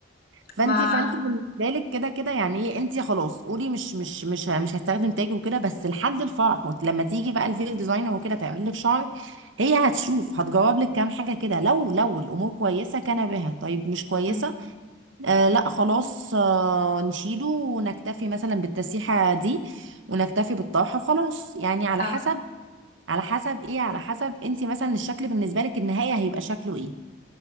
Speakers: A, on the right; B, on the left.
A: فانت
B: ما
A: فانت بالنسبه لك كده كده يعني ايه انت خلاص قولي مش مش مش ه- مش هستخدم تاج وكده بس لحد الفرح وت- لما تيجي بقى الفيل ديزاينر وكده تعمل لك شعرك هي هتشوف هتجاوب لك كام حاجه كده لو لو الامور كويسه كان بها طيب مش كويسه
B: مم.
A: آه لا خلاص آه نشيله ونكتفي مثلا بالتسريحه دي ونكتفي بالطرحه وخلاص يعني على
B: اه
A: حسب على حسب ايه على حسب انت مثلا الشكل بالنسبه لك النهايه هيبقى شكله ايه